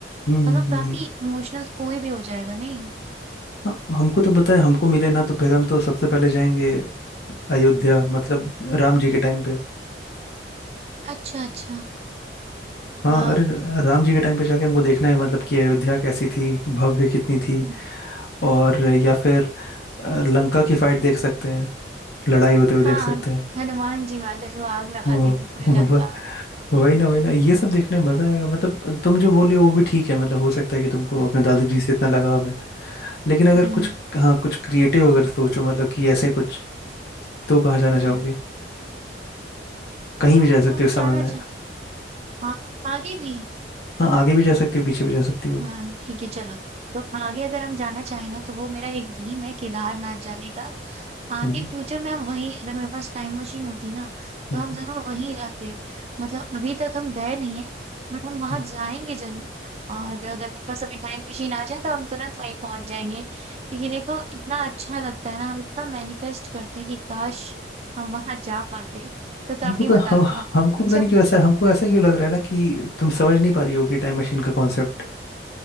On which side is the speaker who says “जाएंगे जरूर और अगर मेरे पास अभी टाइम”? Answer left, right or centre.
Right